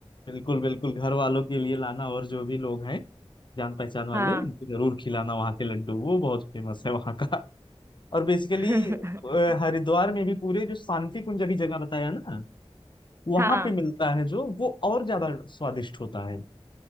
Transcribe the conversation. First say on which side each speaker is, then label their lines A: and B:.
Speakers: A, on the left; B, on the right.
A: बिल्कुल बिल्कुल घर वालों के लिए लाना और जो भी लोग हैं जान पहचान वाले
B: हाँ
A: उनको जरूर खिलाना वहाँ के लड्डू वो बहुत फेमस है वहाँ का और बेसिकली
B: <laughs>
A: हरिद्वार में भी पूरे जो शांति कुंज अभी जगह बताया ना वहां
B: हाँ
A: पे मिलता है जो वो और ज्यादा स्वादिष्ट होता है